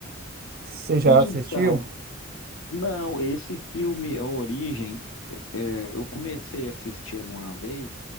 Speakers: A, on the right (about 50°); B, on the left (about 80°).
A: Você já
B: Então,
A: assistiu?
B: Não, esse filme, A Origem, é, eu comecei a assistir uma vez.